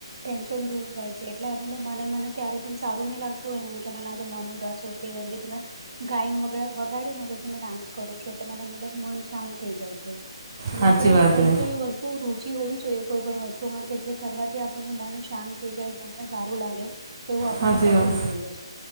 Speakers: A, on the right; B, on the right.
A: ટેન્શન દૂર જાય છે એટલે મતલબ મને મને ક્યારેય પણ સારું નહીં લાગતું હોય ને એમ કે મને મન ઉ દાસ હોય કેમ કે તમે ગાયન વગા વગાડીને પછી મે ડાન્સ કરું છું એટલે મને મતલબ મન શાંત થઈ જાય છે. એટલે
B: સાચી
A: આપડે
B: વાત
A: કઈ
B: હે
A: ક ઈવસ્તુ રુચિ હોવી જોઈએ કોઈ પણ વસ્તુમાં કે જે કરવાથી આપણ મન શાંત થઈ જાય મનને સારું લાગે એવું આપણને
B: સાચી
A: કરવું
B: વાત
A: જ જોઈએ છે